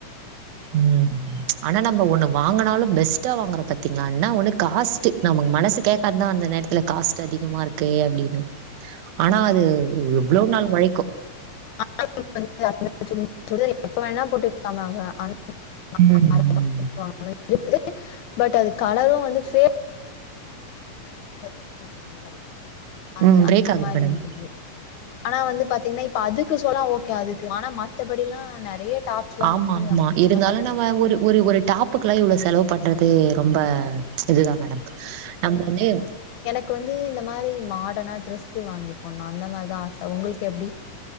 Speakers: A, on the right; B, on the left.
A: உம் ஆனா நம்ம ஒண்ணு வாங்கனாலு பெஸ்ட்டா வாங்குற பாத்தீங்களானா ஒண்ணு காஸ் த்து நமக்கு மனசு கேக்காதா அந்த நேரத்துல காஸ்ட் அதிகமாருக் கே அப்டின்னு ஆனா அது எவ்ளோ நாள் ஒழைக்கு
B: <unintelligible> எப்ப வேணுனா போட்டு <unintelligible>
A: ம்.
B: <unintelligible> பட் அது கலரு வந்து ஃபே <unintelligible> அது
A: ம்.
B: அந்த
A: பிரேக் ஆகுது
B: மாரி
A: மேடம்.
B: இருக்குது ஆனா வந்து பாத்தீங்ன்னா இப்ப அதுக்கு சொல்லா ஓகே அதுக்கு ஆனா மத்தபடில்லாம் நெறைய டாப்ஸ்லாம்
A: ஆமா
B: வந்து
A: ஆமா
B: அதிகமா
A: இருந்தாலு
B: சொல்லுவாங்க.
A: நம்ம ஒரு ஒரு ஒரு டாப்புக்குலா இவ்ளோ செலவு பண்றது ரொம்ப இதுதா மேடம் நம்ம வந்து
B: ப்போ வந்து இந்த மாரி மாடனா ட்ரெஸ்ஸு வாங்கி போணு அந்த மாதா ஆச உங்கள்க்கு எப்டி